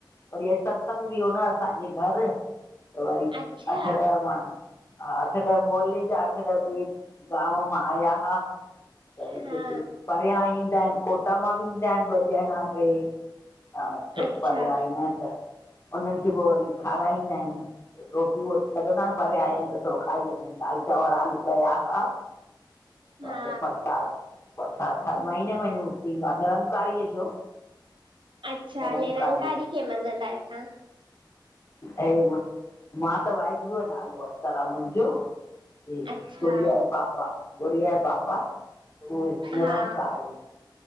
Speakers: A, on the left; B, on the right.
A: वरी अॼु सत्संग बि हो न असांजे घर त वरी
B: अच्छा
A: अठ ॾह माण्हू हा, अठ ॾह मोहल्ले जा अठ ॾह ॿे गांव मां आया हा। त वरी
B: हा
A: जेके परियां ईंदा आहिनि कोटा मां बि ईंदा आहिनि ॿ ॼणा टे हां, थोरो
B: अच्छा
A: परियां ईंदा आहिनि त उन्हनि खे पोइ वरी खाराईंदा आहिनि। रोटियूं लॻंदो आहे न परियां आहियां आहिनि त थोरो खाई वञनि दालि चांवर आलू कया असां।
B: हा
A: त प्रसाद प्रसाद हर महीने महीने मुक्तंदो आहे निरंकारी जो
B: अच्छा,
A: निरंकारीअ
B: निरंकारी खें मञंदा आहियो तां
A: ऐं मां त वाहेगुरूअ जो नालो वठितलु आहे मुंहिंजो। जी
B: अच्छा
A: गुड़िया जो पापा, गुड़िया जे पापा हो निरंकारी
B: हा